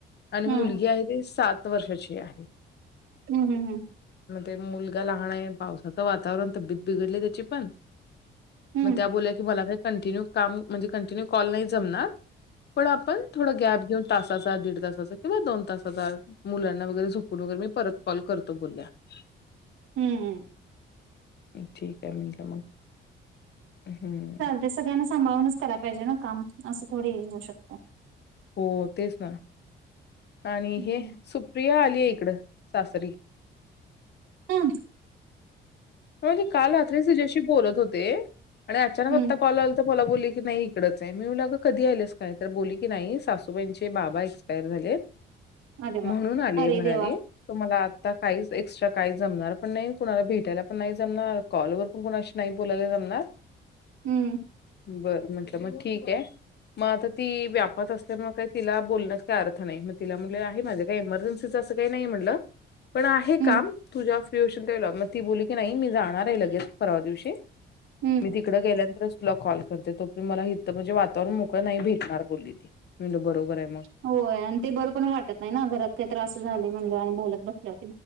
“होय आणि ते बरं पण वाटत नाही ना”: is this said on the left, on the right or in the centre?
Right